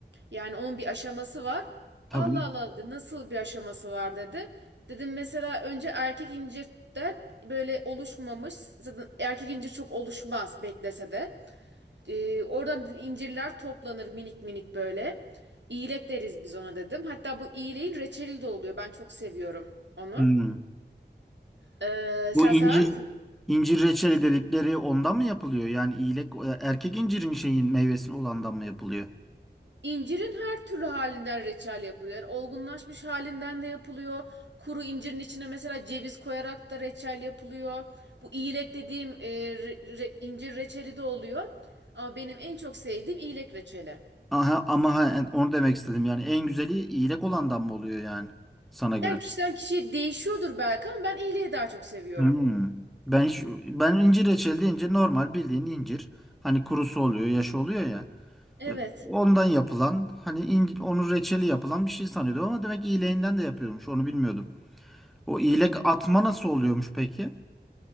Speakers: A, on the right; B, in the centre.
A: Yani onun bir aşaması var.
B: Tabii.
A: Allah Allah dedi nasıl bir aşaması var dedi. Dedim mesela önce erkek incirden böyle oluşmamış. Zaten erkek incir çok oluşmaz beklese de. Ee, oradan dedim incirler toplanır minik minik böyle. İyilek deriz biz ona dedim. Hatta bu iyileğin reçeli de oluyor. Ben çok seviyorum onu.
B: Hı.
A: Ee,
B: Bu
A: sen
B: incir
A: sever misin?
B: incir reçeli dedikleri ondan mı yapılıyor? Yani iyilek e, erkek incirin şeyin meyvesinin olandan mı yapılıyor?
A: İncirin her türlü halinden reçel yapılıyor. Yani olgunlaşmış halinden de yapılıyor. Kuru incirin içine mesela ceviz koyarak da reçel yapılıyor. Bu iyilek dediğim e, re- re- incir reçeli de oluyor. Ama benim en çok sevdiğim iyilek reçeli.
B: Aha, ama ha, en- onu demek istedim. Yani en güzeli iyilek olandan mı oluyor yani sana göre?
A: Yani kişiden kişiye değişiyordur belki ama ben iyileği daha çok seviyorum.
B: Hı. Ben hiç, ben incir reçeli deyince normal bildiğin incir. Hani kurusu oluyor, yaşı oluyor ya.
A: Evet.
B: E, Ondan yapılan hani incir, onun reçeli yapılan bir şey sanıyordum ama demek iyileğinden de yapıyormuş. Onu bilmiyordum. O iğlek atma nasıl oluyormuş peki?